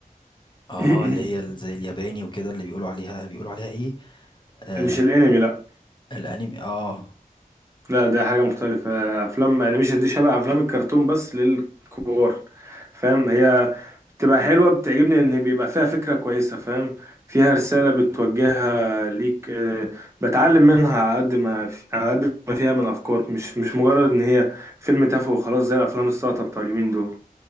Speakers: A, on the left (about 30°); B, on the right (about 20°).
A: اه
B: <clears throat>
A: اللي هي ال- زي الياباني وكده اللي بيقولوا عليها بيقولوا عليها ايه آه
B: مش الانمي لا
A: الانمي اه
B: لا ده حاجة مختلفة افلام انيميشن دي شبه افلام الكرتون بس للكبار فاهم هي بتبقى حلوة بتعجبني ان بيبقى فيها فكرة كويسة فاهم فيها رسالة بتوجهها ليك آه، بتعلم منها على قد ما على قد ما فيها من افكار مش مش مجرد ان هي فيلم تافه وخلاص زي الافلام الساقطة بتاع اليومين دول